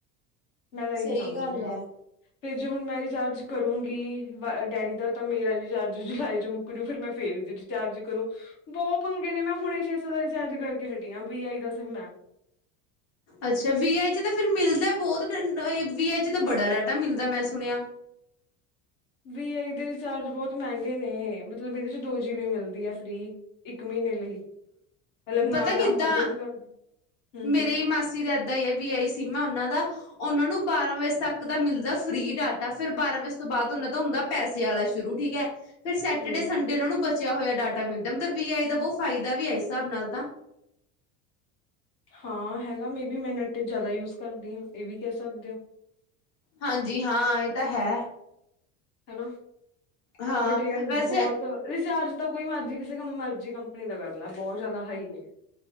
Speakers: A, on the left; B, on the left.
A: ਮੈਂ ਤਾਂ ਇਹੀ
B: ਸਹੀ
A: ਸਮਝਦੀ
B: ਗੱਲ
A: ਹਾਂ
B: ਹੈ
A: ਫੇਰ ਜੇ ਹੁਣ ਮੈਂ ਰਿਚਾਰਜ ਕਰੂੰਗੀ ਡੈਡੀ ਦਾ ਤਾਂ ਮੇਰਾ ਰਿਚਾਰਜ ਜੁਲਾਈ ਚ ਮੁੱਕ ਜੁ ਫੇਰ ਮੈਂ ਫੇਰ ਚਾਰਜ ਕਰੋ ਬਹੁਤ ਪੰੰਗੇ ਨੇ ਮੈਂ ਹੁਣੇ ਛੇ ਸੌ ਦਾ ਰਿਚਾਰਜ ਕਰਕੇ ਹਟੀ ਆ ਵੀ ਆਈ ਦਾ ਸਿਮ ਹੈ
B: ਅੱਛਾ ਵੀ ਆਈ ਚ ਤਾਂ ਫਿਰ ਮਿਲਦਾ ਬੋਤ ਵੀ ਆਈ ਚ ਦਾ ਬੜਾ ਡਾਟਾ ਮਿਲਦਾ ਮੈਂ ਸੁਨੇਆ।
A: ਵੀ ਦੇ ਰਿਚਾਰਜ ਬੋਤ ਮੈਂਗੇ ਨੇ ਮਤਲਬ ਏਦੇ ਚ ਦੋ ਜੀਬੀ ਮਿਲਦੀ ਐ ਫਰੀ। ਇੱਕ ਮੀਨੇ ਲਈ ਮਤਲਬ ਨਾਲ
B: ਪਤਾ
A: ਆਪਾਂ
B: ਕਿੱਦਾਂ
A: ਜੋ ਵੀ ਕਰਦੇ ਹੂੰ ਹੂੰ
B: ਮੇਰੀ ਮਾਸੀ ਦਾ ਐਦਾਂ ਈ ਆ ਵੀ ਆਈ ਸਿੰਮ ਆ ਓਨਾਂ ਦਾ ਓਨਾਂ ਨੂੰ ਬਾਰਾਂ ਵਜੇ ਤੱਕ ਦਾ ਮਿਲਦਾ ਫਰੀ ਡਾਟਾ ਫਿਰ ਬਾਰਾਂ ਵਜੇ ਤੋਂ ਬਾਦ ਓਨਾਂ ਦਾ ਹੁੰਦਾ ਪੈਸੇ ਆਲਾ ਸ਼ੁਰੂ ਠੀਕ ਐ। ਫੇਰ ਸੈਟਡੇ
A: ਹੂੰ
B: ਸੰਡੇ ਓਨਾਂ ਨੂੰ ਬਚੇਆ ਹੋਏਆ ਡਾਟਾ ਮਿਲਦਾ ਮਤਲਬ ਵੀ ਆਈ ਦਾ ਬਹੁ ਫਾਇਦਾ ਵੀ ਐ ਏਸ ਸਾਬ ਨਾਲ ਤਾਂ
A: ਹਾਂ ਹੈਗਾ ਮੇ ਵੀ ਮੈਂ ਨਟ ਜ਼ਾਦਾ ਯੂਜ ਕਰਦੀ ਆਂ ਏ ਵੀ ਕੈ ਸਕਦੇ ਆਂ।
B: ਹਾਂਜੀ ਹਾਂ ਏ ਤਾਂ ਹੈ।
A: ਹੈਲੋ,
B: ਹਾਂ
A: ਬਟ ਯਾਰ
B: ਵੈਸੇ
A: ਬੋਤ ਰਿਚਾਰਜ ਤਾਂ ਕੋਈ ਮਰਜ਼ੀ ਕਿਸੇ ਮਰਜੀ ਕੰਪਨੀ ਦਾ ਕਰ ਲੈ ਬਹੁ ਜ਼ਾਦਾ ਹਾਈ ਨੇ।